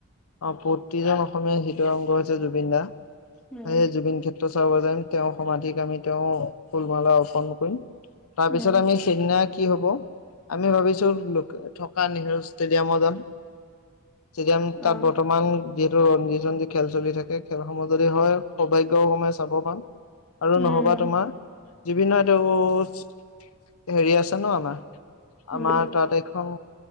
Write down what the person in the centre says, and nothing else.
উম,
উম,
অ',
উম,
উম,
উম,